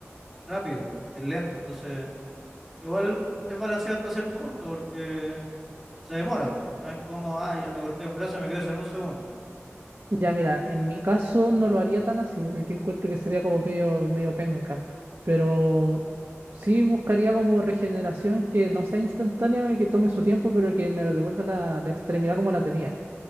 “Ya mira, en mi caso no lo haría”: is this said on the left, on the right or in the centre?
Right